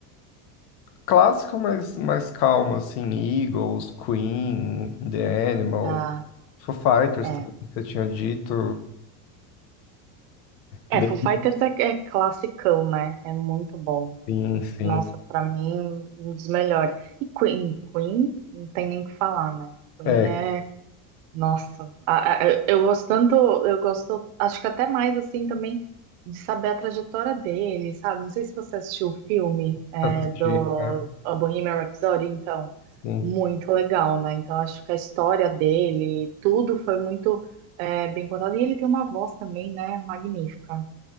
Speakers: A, on the left; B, on the right.
A: clássico, mas mais calmo, assim, Eagles, Queen, The Animals.
B: Ah,
A: Foo Fighters,
B: é.
A: tudo que você tinha dito. The
B: É, Foo Fighters é, é classicão, né? É muito bom.
A: Sim, sim.
B: Nossa, pra mim, um dos melhores. E Queen, Queen, não tem nem o que falar, né? Queen
A: É,
B: é Nossa, a- a- eu gosto tanto, eu gosto, acho que até mais assim também de saber a trajetória dele, sabe? Não sei se você assistiu o filme é,
A: assisti,
B: do
A: né?
B: a Bohemian Rhapsody, então,
A: Sim,
B: muito legal, né? Então, acho que a história dele, tudo foi muito é, bem contado. E ele tem uma voz também, né? Magnífica.